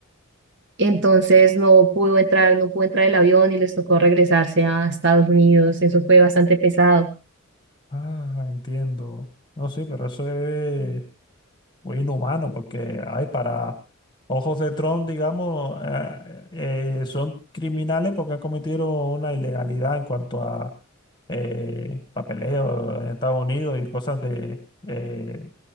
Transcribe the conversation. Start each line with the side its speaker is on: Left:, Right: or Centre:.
Right: Entonces no pudo entrar, no pudo entrar el avión y les tocó regresarse a Estados Unidos. Eso fue bastante pesado.
Left: ah, entiendo. No, sí, pero eso es muy inhumano porque, ay, para ojos de Trump, digamos, eh, eh, son criminales porque cometieron una ilegalidad en cuanto a eh, papeleo en Estados Unidos y cosas de, eh, o